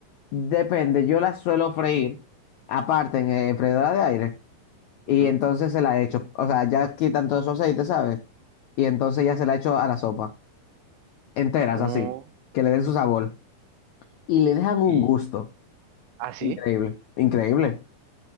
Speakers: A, on the left (about 80°); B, on the right (about 85°).
A: depende, yo las suelo freír aparte en, eh, freidora de aire y
B: Ujú.
A: entonces se la echo, o sea, ya quitan todo su aceite, ¿sabes? Y entonces ya se la echo a la sopa, enteras
B: No,
A: así, que le den su sabor y le dejan un
B: y
A: gusto.
B: así,
A: Increíble, increíble.